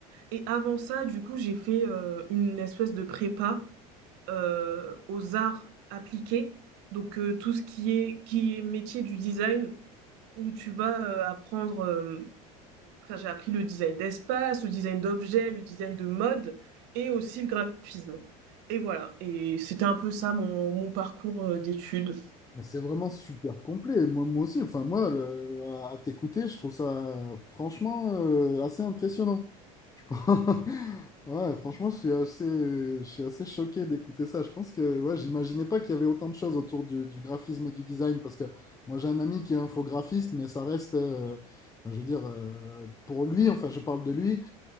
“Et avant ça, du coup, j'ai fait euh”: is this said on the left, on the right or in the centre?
Right